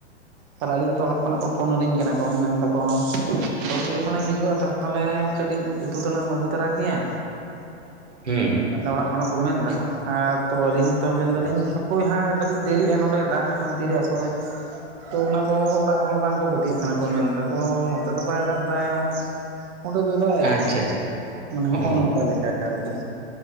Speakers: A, on the right; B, on the right.
A: ᱛᱟᱦᱚᱞᱮ ᱟᱹᱞᱤᱧ ᱛᱚ ᱚᱲᱟᱜ ᱠᱷᱚᱱᱟᱜ ᱠᱚ ᱯᱷᱳᱱ ᱟᱹᱞᱤᱧ ᱠᱟᱱᱟ ᱠᱚ ᱢᱮᱱ ᱫᱟᱠᱚ ᱵᱟᱹᱵᱩ ᱡᱚᱠᱷᱚᱱᱮᱢ ᱦᱤᱡᱩᱜᱼᱟ ᱛᱼᱼ ᱛᱟᱦᱚᱞᱮ ᱠᱟᱹᱴᱤᱡ ᱩᱛᱩ ᱛᱮᱟᱱᱟᱜ ᱮᱢ ᱟᱹᱜᱩ ᱛᱚᱨᱟ ᱠᱮᱭᱟ
B: ᱦᱩᱸ
A: ᱛᱟᱦᱚᱞᱮ ᱚᱲᱟᱜ ᱠᱷᱚᱱᱟᱜ ᱠᱚ ᱢᱮᱱ ᱮᱫᱟᱠᱚ ᱟᱨ ᱛᱚ ᱟᱹᱞᱤᱧ ᱛᱚ ᱢᱮᱱᱫᱟᱞᱤᱧ
B: ᱟᱪᱪᱷᱟ
A: ᱦᱟᱯᱳᱭ ᱦᱟᱸᱜ ᱠᱟᱹᱴᱤᱡ ᱫᱮᱨᱤᱜᱼᱟ ᱱᱚᱸᱰᱮ ᱫᱟᱜ ᱮᱠᱷᱚᱱ ᱛᱤᱨᱮ ᱟᱥᱳᱲᱟᱭ ᱛᱚ ᱚᱱᱟ ᱠᱚ ᱚᱲᱟᱜ ᱦᱚᱲ ᱵᱟᱝᱠᱚ ᱯᱟᱹᱛᱭᱟᱹᱜ ᱠᱟᱱᱟ ᱠᱚ ᱢᱮᱱ ᱫᱟᱠᱚ ᱱᱚᱛᱮ ᱫᱚ ᱵᱟᱭ ᱫᱟᱜ ᱫᱟᱭ
B: <unintelligible>
A: ᱚᱸᱰᱮ ᱫᱚᱭ ᱫᱟᱜ ᱮᱫᱟᱭ
B: ᱟᱪᱪᱷᱟ ᱟᱪᱪᱷᱟ
A: ᱢᱟᱱᱮ ᱦᱚᱜᱼᱚᱭ
B: ᱚ
A: ᱱᱚᱝᱠᱟ ᱞᱮᱠᱟ ᱟᱨᱠᱤ